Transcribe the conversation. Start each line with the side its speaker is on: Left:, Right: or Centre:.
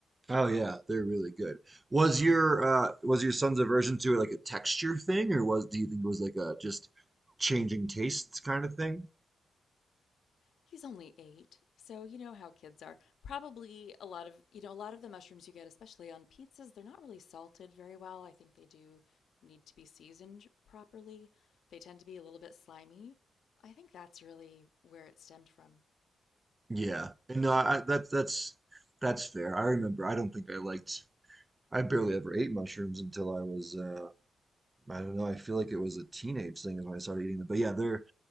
Right: Oh yeah, they're really good. Was your uh was your son's aversion to it like a texture thing, or was do you think it was like a just changing tastes kind of thing?
Left: He's only eight, so you know how kids are. Probably a lot of you know a lot of the mushrooms you get, especially on pizzas, they're not really salted very well. I think they do need to be seasoned properly. They tend to be a little bit slimy. I think that's really where it stemmed from.
Right: Yeah. And no, I, I that's that's that's fair. I remember. I don't think I liked. I barely ever ate mushrooms until I was uh I don't know. I feel like it was a teenage thing is when I started eating them. But yeah, they're